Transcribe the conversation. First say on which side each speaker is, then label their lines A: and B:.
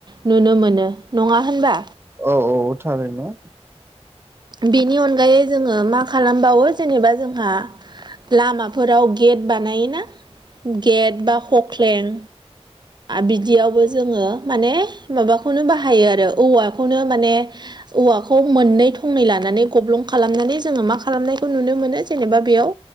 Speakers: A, on the right; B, on the right.
A: नुनो मोनो नङा होनबा?
B: औ औ थारैनो
A: बेनि अनगायै जोङो मा खालामबावो जेनेबा जोंहा लामाफोराव गेट बानायोना गेट बा हख्लेन बिदियावबो जोङो माने माबाखौनो बाहायो आरो औवाखौनो माने औवाखौ मोननै थंनै लानानै गब्लं खालामनानै जोङो मा खालामनायखौ नुनो मोनो जेनेबा बेयाव